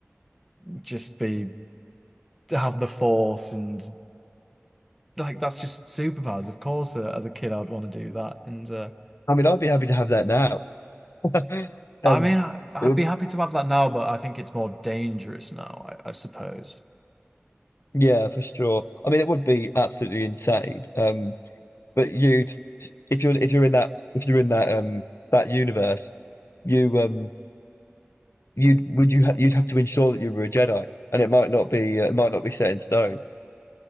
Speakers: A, in the centre; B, on the left (about 70°).
A: just be have the Force and like that's just superpowers. Of course, uh, as a kid, I'd want to do that. And uh,
B: I mean, I'd be happy to have that now, <laughs> and
A: I mean, I, I'd
B: it would
A: be happy to have that now, but I think it's more dangerous now, I, I suppose.
B: yeah for sure. I mean, it would be absolutely insane. Um, but you if you're if you're in that if you're in that um that universe, you um you'd you ha you'd have to ensure that you were a Jedi, and it might not be uh, it might not be set in stone.